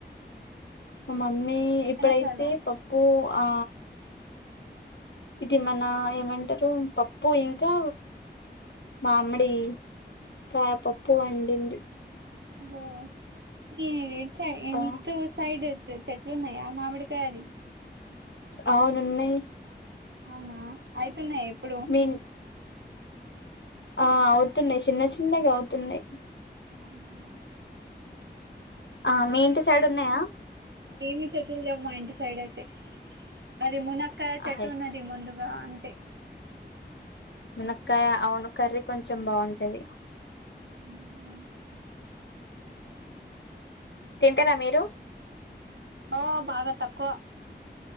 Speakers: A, on the left; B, on the right.
A: మా మమ్మీ
B: చికెన్
A: ఇప్పుడైతే
B: మసాలా
A: పప్పు ఆ ఇది మన ఏమంటారు పప్పు ఇంకా మామిడి కాయ పప్పు వండింది
B: ఒహో మీసైడ్ ఇంటిసైడ్
A: ఆ
B: చెట్లున్నాయా మామిడి కెరి
A: అవునున్నయి
B: అవునా ఐతున్నాయా ఇప్పుడు
A: మీ ఆ అవుతున్నాయి చిన్న చిన్నగా అవుతున్నాయి
B: అవునా
A: ఆ మీ ఇంటి సైడ్ ఉన్నయా
B: ఏమి చెట్టులు లేవు మా ఇంటి సైడ్ అయితే అది మునక్కయ్ చెట్టు
A: అహయ్
B: ఉన్నది ముందు అంతే
A: మునక్కాయ అవును కర్రీ కొంచెం బావుంటది
B: హ్మ్
A: తింటరా మీరు
B: ఓ బాగా తక్కువ